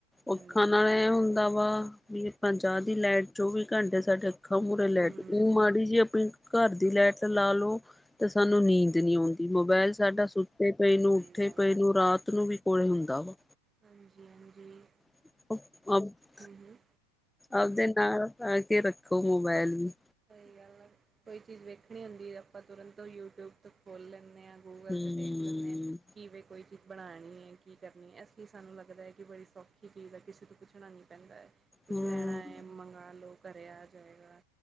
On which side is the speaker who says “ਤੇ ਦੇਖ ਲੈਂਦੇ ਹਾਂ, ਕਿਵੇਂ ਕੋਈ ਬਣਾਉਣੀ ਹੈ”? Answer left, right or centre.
Right